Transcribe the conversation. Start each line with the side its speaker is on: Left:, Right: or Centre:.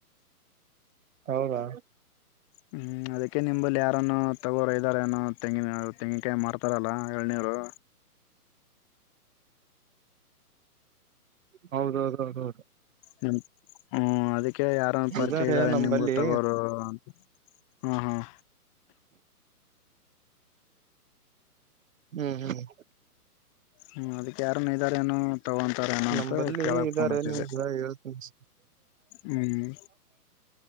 Right: ಹೌದಾ
Left: ಹ್ಮ್ ಅದಕ್ಕೆ ನಿಂಬಲ್ಲಿ ಯಾರನೋ ತಗೋರ ಇದ್ದಾರ ಏನೋ ತೆಂಗಿನ ತೆಂಗಿನಕಾಯಿ ಮಾರ್ತಾರಲ್ಲ ಎಳ್ನೀರು
Right: ಹೌದೌದ ಹೌದೌದು
Left: ನಿಮ ಹ್ಮ ಅದಕ್ಕೆ ಯಾರಂದು ಪರಿಚಯ
Right: ಇದಾರೆ
Left: ಇದ್ದಾರೆ
Right: ನಂಬಲ್ಲಿ
Left: ನಿಮ್ಗು ತಗೋರು ಅಂತ ಹ್ಮ ಹ್ಮ್
Right: ಹ್ಮ್ ಹ್ಮ್
Left: ಹ್ಮ್ ಅದ ಯಾರನ್ ಇದಾರ ಏನುೋ ತಗೊಂತಾರ ಏನ ಅಂತ
Right: ನಂಬಲ್ಲಿ
Left: ಕೇಳಕ್
Right: ಇದಾರೆ
Left: ಫೋನ್ ಹತಿದೆ
Right: ನಿಮ್ಗ ಹೇಳ್ತೀನಿ
Left: ಹ್ಮ್